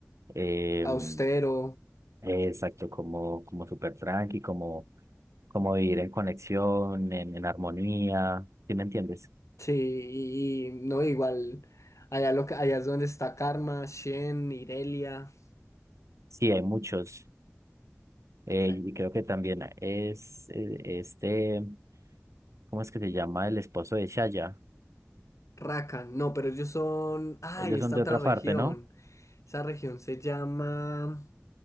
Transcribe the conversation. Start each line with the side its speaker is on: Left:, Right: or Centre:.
Right: em,
Left: austero.
Right: eh, exacto, como, como súper tranqui, como, como vivir en conexión, en, en armonía, ¿sí me entiendes?
Left: Sí, y, y no, igual. Allá, lo, que- allá es donde está Karma, Shen, Irelia,
Right: Sí, hay muchos. eh,
Left: eh,
Right: y creo que también es eh, este, ¿cómo es que se llama? El esposo de Shaya.
Left: Rakan. No, pero ellos son. ¡Ay!
Right: Ellos
Left: esta
Right: son de
Left: otra
Right: otra
Left: región.
Right: parte, ¿no?
Left: Esa región se llama.